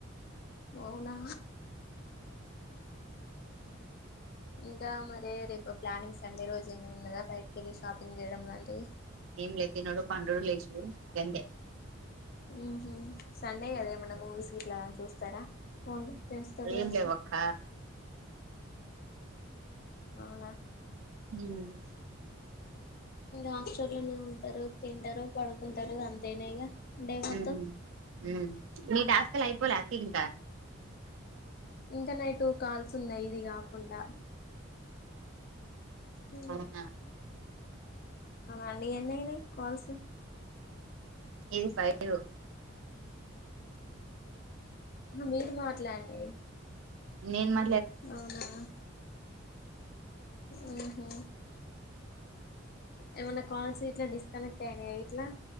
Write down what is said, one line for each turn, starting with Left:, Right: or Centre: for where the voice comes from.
Left: ఓ అవునా ఇంకా మరే రేపు ప్లానింగ్ సండే రోజు ఏమైనా ఉన్నాదా బయటకెళ్ళి షాపింగ్ చేయడం లాంటివి
Right: ఏం లే తినుడు పండుడు లేసుడు గంతే
Left: ఉహు సండే కదా ఏమన్నా మూవీస్ గిట్లా చూస్తారా <unintelligible> ఫ్రెండ్స్ తోటి
Right: ఏం
Left: కలిసి
Right: లేవు అక్క
Left: అవునా
Right: హ్మ్
Left: హాస్టల్లోనే ఉంటారు తింటారు పడుకుంటారు అంతేనే ఇగ డే మొత్తం
Right: హ్మ్ హ్మ్ ని టాస్క్ అయిపోలే <unintelligible>
Left: ఇంకా నై టూ కాల్స్ ఉన్నాయి ఇదిగా ఉందా హ్మ్
Right: అవునా
Left: అన్ని ఎన్ని అయినయ్ కాల్స్
Right: ఇది ఫైవ్
Left: మీరు మాట్లాడానియ్
Right: నేన్ మ
Left: అవునా ఉహ్ హా ఏమైన్నా కాల్స్ గిట్లా డిస్కనెక్ట్ అయినాయాయ్. ట్లా